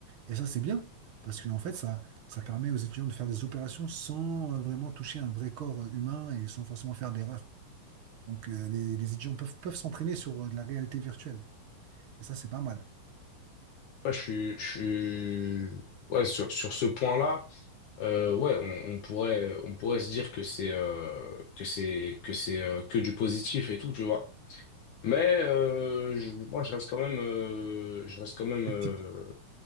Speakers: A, on the right; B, on the left.
A: Et ça, c'est bien, parce qu'en fait, ça, ça permet aux étudiants de faire des opérations sans euh, vraiment toucher un vrai corps euh, humain et sans forcément faire d'erreur. Donc, euh, les, les étudiants peuvent, peuvent s'entraîner sur euh, de la réalité virtuelle. Et ça, c'est pas mal.
B: Ouais, je suis, je suis... Ouais, sur, sur ce point-là, euh, ouais, on, on pourrait, on pourrait se dire que c'est euh, que c'est que c'est euh, que du positif et tout, tu vois. Mais euh, je- moi, je reste quand même, euh, je reste quand même,
A: Sceptique.
B: euh,